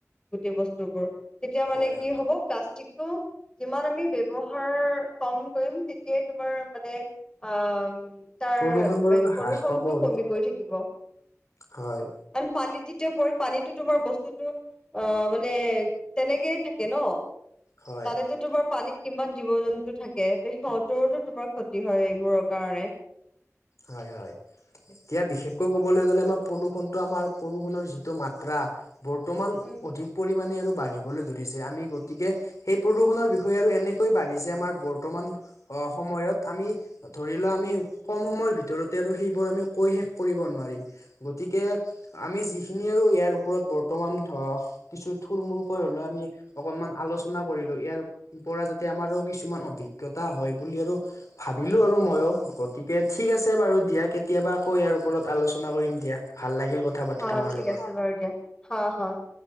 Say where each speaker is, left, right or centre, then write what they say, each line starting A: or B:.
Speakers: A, on the left (about 15°); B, on the left (about 75°).
A: গোটেই বস্তু তেতিয়া মানে
B: হয় হয়
A: কি
B: হয়।
A: হ'ব প্লাষ্টিকটো যিমান আমি বৱহাৰ কম কৰিম তেতিয়াই তোমাৰ মানে অ তাৰ
B: প্ৰদূষণ বাৰু
A: প্ৰদূষনটোও
B: হ্ৰাস পাব আৰু
A: কমি গৈ থাকিব।
B: হয়।
A: কাৰ পানীত যেতিয়া প পানীতো তোমাৰ বস্তুতো অ মানে তেনেকেই থাকে ন,
B: হয়
A: তাতে তোমাৰ পানীত কিমান জীৱ-জন্তু থাকে ত সিহঁতৰোতো তোমাৰ ক্ষতি হয় এইবোৰৰ কাৰণে।
B: হয় হয়। এতিয়া বিশেষকৈ কবলৈ গ'লে আমাৰ প্ৰদূষণটো আমাৰ প্ৰদূষণনৰ যিটো মাত্ৰা বৰ্তমান
A: উম
B: অধিক পৰিমাণে আৰু বাঢ়িবলৈ ধৰিছে। আমি গতিকে সেই প্ৰদূৰণৰ বিষয়ে আৰু এনেকৈ বাঢ়িচে আমাৰ বৰ্তমান আহ সময়ত আমি ধৰি লোৱা আমি কম সময়ৰ ভিতৰতে আৰু সেইবোৰ আমি কৈ শেষ কৰিব নোৱাৰিম। গতিকে আমি যিখিনি আৰু ইয়াৰ ওপৰত বৰ্তমান আহ কিছু থুল-মুলকৈ হ'লেও আমি অকনমান আলোচনা কৰিলো ইয়াৰ পৰা যাতে আমাৰো কিছুমান অভিজ্ঞতা হয় বুলি আৰু ভাবিলো আৰু মইও গতিকে ঠিক আছে বাৰু দিয়া কেতিয়াবা আকৌ ইয়াৰ ওপৰত আলোচনা কৰিম দিয়া। ভাল লাগিল কথা পাতি
A: অ
B: তোমাৰ
A: ঠিক
B: লগত
A: আছে বাৰু দিয়া, হ হয়